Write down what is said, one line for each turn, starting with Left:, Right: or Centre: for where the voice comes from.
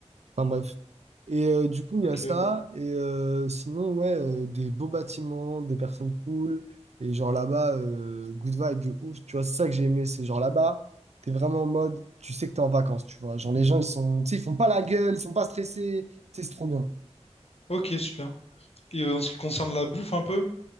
Right: Enfin bref. Et euh, du coup, il
Left: Ok,
Right: y a ça. Et euh, sinon, ouais, euh, des beaux bâtiments, des personnes cool. Et genre là-bas, euh, good vibe de ouf. Tu vois, c'est ça que j'ai aimé. C'est genre là-bas, t'es vraiment en mode, tu sais que t'es en vacances, tu vois. Genre les gens, ils sont, tu sais, ils font pas la gueule, ils sont pas stressés. Tu sais, c'est trop bien.
Left: ok, super. Et euh, en ce qui concerne la bouffe un peu,